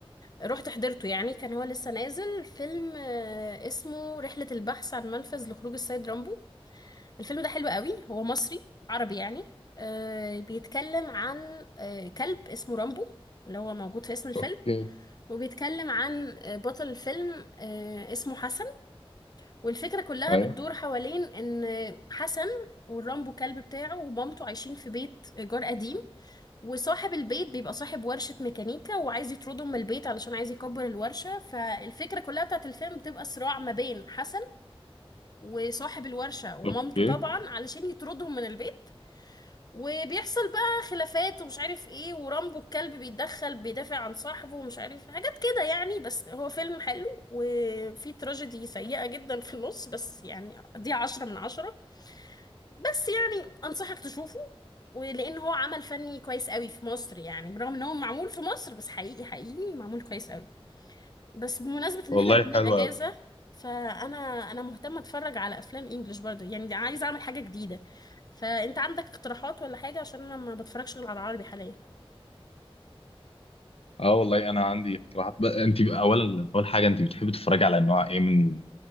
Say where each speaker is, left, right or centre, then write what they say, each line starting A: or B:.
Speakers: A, on the left; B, on the left.
A: رحت حضرته يعني كان هو لسه نازل فيلم آه، اسمه رحلة البحث عن منفذ لخروج السيد رامبو الفيلم ده حلو قوي هو مصري عربي يعني آه بيتكلم عن آه كلب اسمه رامبو اللي هو موجود في اسم الفيلم
B: اوكي
A: وبيتكلم عن آه، بطل الفيلم آه اسمه حسن والفكرة كلها
B: ايوه
A: بتدور حوالين ان حسن والرامبو كلب بتاعه ومامته عايشين في بيت إيجار قديم وصاحب البيت بيبقى صاحب ورشة ميكانيكا وعايز يطردهم من البيت علشان عايز يكبر الورشة فالفكرة كلها بتاعت الفيلم بتبقى صراع ما بين حسن وصاحب الورشة ومامته
B: اوكي
A: طبعا علشان يطردهم من البيت وبيحصل بقى خلافات ومش عارف ايه ورامبو الكلب بيتدخل بيدافع عن صاحبه ومش عارف حاجات كده يعني بس هو فيلم حلو وفي تراجيدي سيئة جدا في النص بس يعني دي عشرة من عشرة بس يعني أنصحك تشوفه ولأن هو عمل فني كويس قوي في مصر يعني برغم ان هو معمول في مصر بس حقيقي حقيقي معمول كويس قوي بس بمناسبة ان
B: والله
A: احنا الاتنين
B: حلوه
A: اجازة
B: أوي.
A: فانا انا مهتمة اتفرج على افلام انجلش برضه يعني عايزة اعمل حاجة جديدة فانت عندك اقتراحات ولا حاجة عشان انا ما بتفرجش غير على العربي حاليا
B: اه والله انا عندي اقتراحات بقى انت اولا اول حاجه انت بتحبي تتفرجي على انواع ايه من